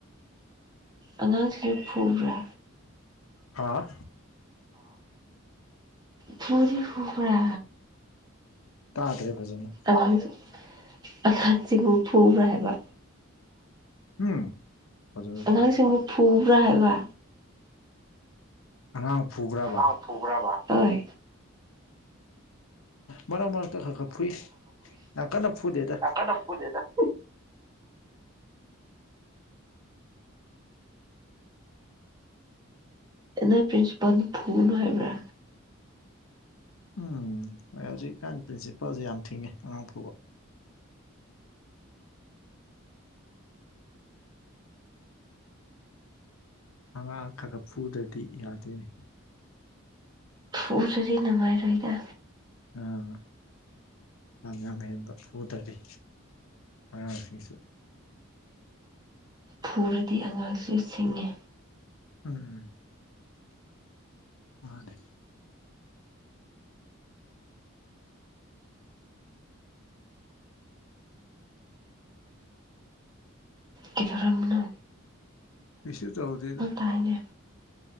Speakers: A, on the right; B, on the left.
A: ꯑꯉꯥꯡꯁꯤꯁꯨ ꯐꯕ꯭ꯔꯥ
B: ꯍꯥꯥ
A: ꯄꯨ ꯐꯥ
B: ꯇꯥꯗ꯭ꯔꯦ ꯐꯖꯅ
A: ꯑꯉꯥꯡꯁꯨ ꯑꯉꯥꯡꯁꯤꯡ ꯐꯨꯕ꯭ꯔꯥ ꯍꯥꯏꯕ
B: ꯎꯝ ꯐꯖꯅ
A: ꯑꯉꯥꯡꯁꯤꯡꯕꯨ
B: ꯇꯥ
A: ꯐꯨꯕ꯭ꯔꯥ ꯍꯥꯏꯕ
B: ꯑꯉꯥꯡ ꯐꯨꯕ꯭ꯔꯥ
A: ꯥꯎ ꯄꯨꯨꯕ꯭ꯔꯥꯕ ꯍꯣꯢ
B: ꯃꯔꯛ ꯃꯔꯛꯇ ꯈꯔ ꯈꯔ ꯐꯨꯏ ꯌꯥꯝ ꯀꯟꯅ ꯐꯨꯗꯦꯗ
A: <unintelligible> ꯅꯣꯢ ꯄ꯭ꯔꯤꯟꯁꯤꯄꯥꯜꯅ ꯐꯨꯅꯨ ꯍꯥꯏꯕ꯭ꯔꯥ
B: ꯎꯝ ꯍꯣꯏ ꯍꯧꯖꯤꯛꯀꯥꯟ ꯄ꯭ꯔꯤꯟꯁꯤꯄꯜꯁꯦ ꯌꯥꯝ ꯊꯤꯡꯉꯦ ꯑꯉꯥꯡ ꯄꯨꯥꯎꯕ ꯑꯉꯥꯡ ꯈꯒ ꯐꯨꯗ꯭ꯔꯗꯤ ꯌꯥꯗꯦꯅꯦ
A: ꯐꯎꯗ꯭ꯔꯗꯤ ꯅꯨꯡꯉꯥꯏꯔꯣꯏꯗ
B: ꯑꯥ ꯌꯥꯝ ꯌꯥꯝ ꯍꯦꯟꯕ ꯐꯨꯗꯔꯤ ꯑꯉꯥꯡꯁꯤꯡꯁꯨ
A: ꯐꯨꯔꯗꯤ ꯑꯉꯥꯡꯁꯨ ꯁꯤꯡꯉꯤ
B: ꯎꯝ ꯃꯥꯅꯦ
A: ꯀ ꯊꯧꯔꯝꯅ
B: ꯃꯤꯁꯨ ꯇꯎꯗꯦꯅ
A: ꯇꯥꯏꯅꯦ